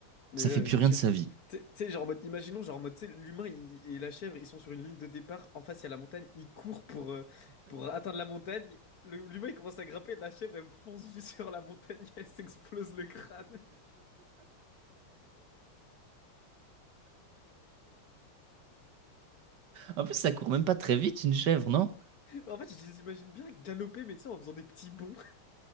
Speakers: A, on the left; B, on the right.
A: Mais
B: Ça
A: euh,
B: fait plus
A: une
B: rien
A: chèvre...
B: de sa vie.
A: Tu sais, tu sais, genre en mode, imaginons, genre en mode, tu sais, l'humain il- et la chèvre, ils sont sur une ligne de départ, en face il y a la montagne, ils courent pour, euh, pour atteindre la montagne, Le- l'humain il commence à grimper, la chèvre elle fonce juste sur la montagne, <laughs> elle s'explose le crâne.
B: En plus, ça court même pas très vite, une chèvre, non?
A: En fait, je les imagine bien galoper, mais tu sais, en faisant des petits bonds,